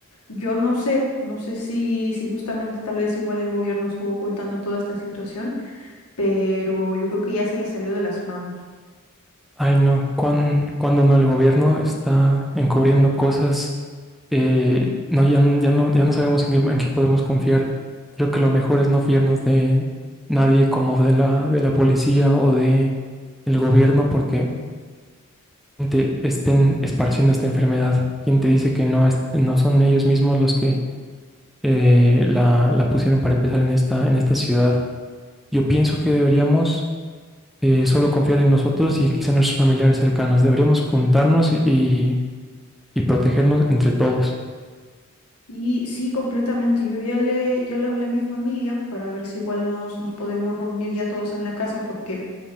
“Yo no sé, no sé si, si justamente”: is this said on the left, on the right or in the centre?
Left